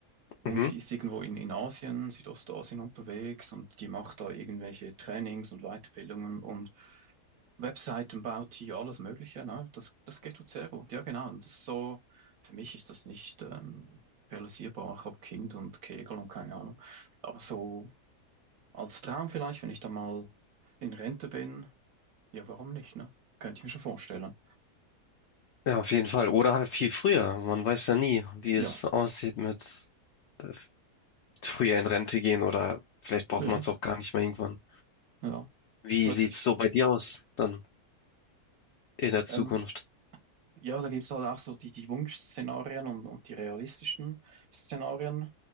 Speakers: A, on the right; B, on the left.
A: und
B: Mhm.
A: die ist irgendwo in, in Asien, Südostasien unterwegs und die macht da irgendwelche Trainings und Weiterbildungen und Webseiten baut hier, alles Mögliche. Ne? Das, das geht gut sehr gut. Ja, genau. Und das ist so, für mich ist das nicht ähm, realisierbar. Ich habe Kind und Kegel und keine Ahnung. Aber so als Traum vielleicht, wenn ich da mal in Rente bin. Ja, warum nicht, ne? Könnte ich mir schon vorstellen.
B: Ja, auf jeden Fall. Oder halt viel früher. Man weiß ja nie, wie
A: Ja,
B: es aussieht mit äh, früher in Rente gehen oder vielleicht braucht
A: ja,
B: man es auch gar nicht mehr irgendwann.
A: ja.
B: Wie
A: Plötzlich,
B: sieht's so bei dir aus dann in der
A: ähm,
B: Zukunft?
A: ja, da gibt es halt auch so die, die Wunschszenarien und, und die realistischen Szenarien.